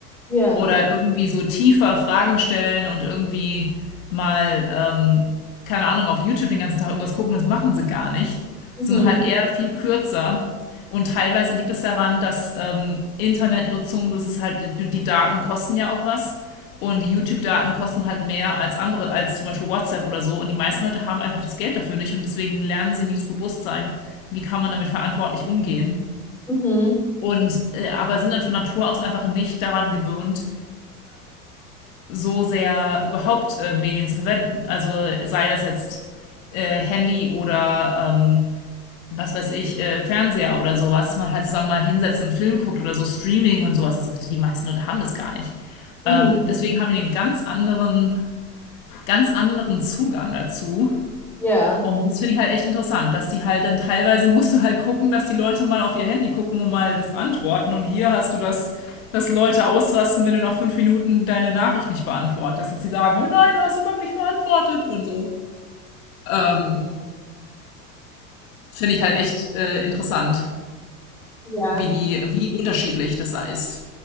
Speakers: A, in the centre; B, on the left.
A: ja.
B: oder irgendwie so tiefer Fragen stellen und irgendwie mal, ähm, keine Ahnung, auf YouTube den ganzen Tag irgendwas gucken, das machen sie gar nicht.
A: Mhm.
B: Sondern halt eher viel kürzer. Und teilweise liegt es daran, dass ähm, Internetnutzung, das ist halt, die die Daten kosten ja auch was. Und die YouTube-Daten kosten halt mehr als andere, als zum Beispiel WhatsApp oder so. Und die meisten Leute haben einfach das Geld dafür nicht und deswegen lernen sie nie das Bewusstsein, wie kann man damit verantwortlich umgehen.
A: Mhm.
B: Und äh, aber sind dann von Natur aus einfach nicht daran gewöhnt, so sehr überhaupt äh, Medien zu verwenden. Also sei das jetzt äh, Handy oder ähm, was weiß ich, äh, Fernseher oder sowas, dass man halt zusammen mal hinsetzt und einen Film guckt oder so Streaming und sowas. Das, die meisten Leute haben das gar nicht.
A: Mhm.
B: Ähm, deswegen haben die einen ganz anderen, ganz anderen Zugang dazu
A: Ja,
B: und das finde ich halt echt interessant, dass die halt dann teilweise musst du halt gucken, dass die Leute mal auf ihr Handy gucken und mal das antworten. Und hier hast du das, dass Leute ausrasten, wenn du nach fünf Minuten deine Nachricht nicht beantwortest, dass die sagen, oh nein, du hast so lange nicht beantwortet und so. Ähm, finde ich halt echt äh, interessant,
A: ja,
B: wie die, wie unterschiedlich das da ist.